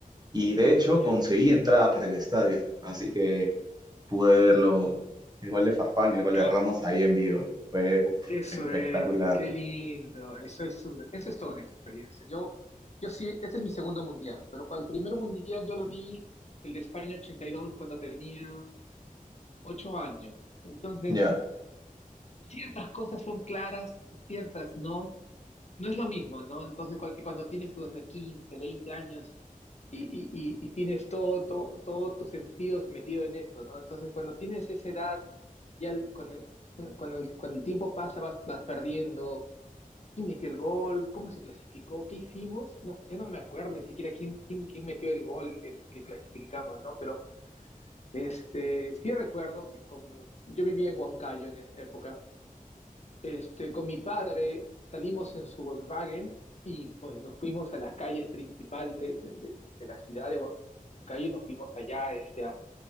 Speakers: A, on the right (about 30°); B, on the left (about 50°).
A: Y de hecho
B: ya.
A: conseguí entrada para el estadio, así que pude verlo, el gol de Farfán y el gol
B: K,
A: de Ramos ahí en vivo. Fue uf,
B: Qué suerte,
A: espectacular.
B: qué lindo. Eso es un- eso es toda una experiencia. Yo, yo sí, este es mi segundo mundial, pero cual- el primer mundial yo lo vi, el de España 82 cuando tenía ocho años. Entonces,
A: Ya.
B: ciertas cosas son claras, ciertas no. No es lo mismo, ¿no? Entonces, cual- que cuando tienes los de 15, 20 años y, y, y, y tienes todo, todo, todos tus sentidos metido en eso, ¿no? Entonces, cuando tienes esa edad, ya el- con el, con el, con el tiempo pasa, vas, vas perdiendo ¿Quién metió el gol? ¿Cómo se clasificó? ¿Qué hicimos? No, ya no me acuerdo ni siquiera quién, quién, quién metió el gol en el que clasificamos, ¿no? Pero este, sí recuerdo que con, yo vivía en Huancayo en esa época. Este, con mi padre salimos en su Volkswagen y pues nos fuimos a las calles principal de, de, de- de la ciudad de Huancayo y nos fuimos allá este, a,